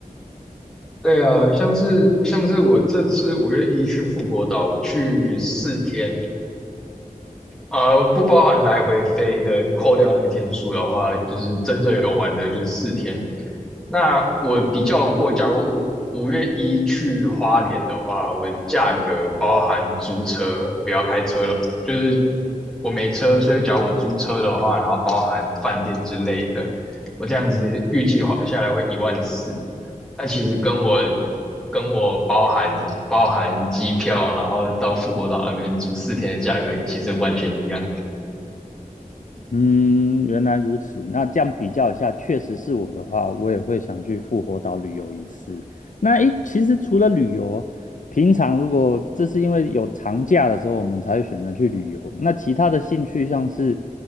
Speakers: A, in the centre; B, on the left.
A: 对啊，像是像是我这次五月一去富国岛，我去四天，呃，不包含来回飞的，扣掉那个天数的话，就是真正有玩的，就是四天。那我比较过，假如五五月一去花莲的话，我价格包含租车，不要开车了，就是我没车，所以假如我租车的话，然后包含饭店之类的，我这样子预计花下来会一万四。那其实跟我跟我包含包含机票，然后到富国岛那边住四天的价格，其实完全一样。
B: 嗯，原来如此。那这样比较一下，确实是我的话，我也会想去复活岛旅游一次。那诶，其实除了旅游，平常如果这是因为有长假的时候，我们才会选择去旅游。那其他的兴趣像是，